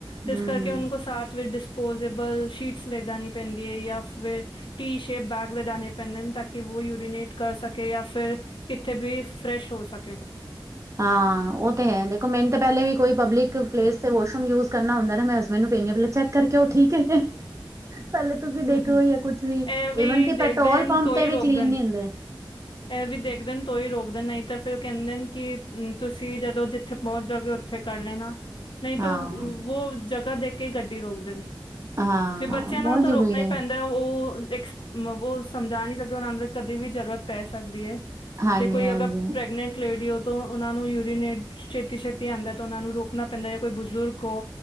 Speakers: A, on the left; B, on the right.
A: ਤੇ
B: ਹਮ
A: ਇਸ ਕਰਕੇ ਉਹ ਕੋ ਸਾਥ ਵਿੱਚ ਡਿਸਪੋਜੇਬਲ, ਸ਼ੀਟਸ ਲੈ ਜਾਣੀ ਪੈਂਦੀ ਹੈ ਜਾਂ ਫਿਰ ਟੀ ਸ਼ੇਪ ਬੈਗ ਲਗਾਣੇ ਪੈਂਦੇ ਹਨ ਤਾਂ ਕਿ ਉਹ ਯੂਰੀਨੇਟ ਕਰ ਸਕੇ ਜਾਂ ਫਿਰ ਕਿੱਥੇ ਵੀ ਫਰੈਸ਼ ਹੋ ਸਕੇ
B: ਹਾਂ ਉਹ ਤੇ ਹੈ ਦੇਖੋ ਮੈਨੂੰ ਤਾਂ ਪਹਿਲੇ ਵੀ ਕੋਈ ਪਬਲਿਕ ਪਲੇਸ ਤੇ ਵਾਸ਼ਰੂਮ ਯੂਜ ਕਰਨਾ ਹੁੰਦਾ ਨਾ ਮੈਂ ਹਸਬੈਂਡ ਨੂੰ ਕੈਂਦੀ ਹਾਂ ਪਹਿਲੇ ਚੈੱਕ। ਕਰਕੇ ਉਹ ਠੀਕ ਹੈ ਪਹਿਲੇ। ਤੁਸੀਂ
A: ਹੂੰ
B: ਦੇਖੋ
A: ਹੂੰ
B: ਹੀ ਹੈ ਕੁਛ ਵੀ
A: ਇਹ
B: ਈਵਨ ਕਿ
A: ਦੇਖਦੇ
B: ਪੈਟਰੋਲ
A: ਨੇ
B: ਪੰਪ
A: ਤੋਂ
B: ਤੇ
A: ਹੀ
B: ਵੀ
A: ਰੋਕਦੇ
B: ਕਲੀਨ
A: ਨੇ
B: ਨਹੀਂ ਹੁੰਦੇ।
A: ਇਹ ਵੀ ਦੇਖਦੇ ਤੂੰਈ ਰੋਕਦੇ ਨਹੀਂ ਤਾਂ ਫੇਰ ਉਹ ਕਹਿੰਦੇ ਨੇ ਕਿ ਤੁਸੀਂ ਜਦੋਂ ਜਿੱਥੇ ਪਹੁੰਚ ਜਾਗੇ ਉਥੇ। ਉੱਥੇ ਕਰ ਲੈਣਾ ਨਹੀਂ ਤਾਂ
B: ਹਾਂ
A: ਉਹ ਜਗ੍ਹਾ ਦੇਖ ਕੇ ਹੀ ਗੱਡੀ ਰੋਕ ਦੇਣ।
B: ਹਾਂ
A: ਤੇ ਬੱਚਿਆਂ
B: ਬਹੁਤ
A: ਨਾਲ ਤਾਂ
B: ਜ਼ਰੂਰੀ
A: ਰੋਕਣਾ ਹੀ
B: ਹੈ
A: ਪੈਂਦਾ। ਉਹ ਉਹ ਸਮਝਾ ਨਹੀਂ ਸਕਦੇ ਉਹਨਾ ਅੰਦਰ ਕਦੇ ਵੀ ਜਰੂਰਤ ਪੈ ਸਕਦੀ ਹੈ।
B: ਹਾਂਜੀ
A: ਤੇੇ ਕੋਈ
B: ਹਾਂਜੀ
A: ਅਗਰ ਪ੍ਰੈਗਨੈਂਟ ਲੇਡੀ ਉਹ ਤੋਂ ਉਹਨਾਂ ਨੂੰ ਯੂਰੀਨੇਟ ਛੇਤੀ ਛੇਤੀ ਆਉਂਦਾ ਤੇ ਉਹਨਾਂ ਨੂੰ ਰੋਕਣਾ ਪੈਂਦਾ ਜਾਂ ਕੋਈ ਬਜ਼ੁਰਗ ਹੋ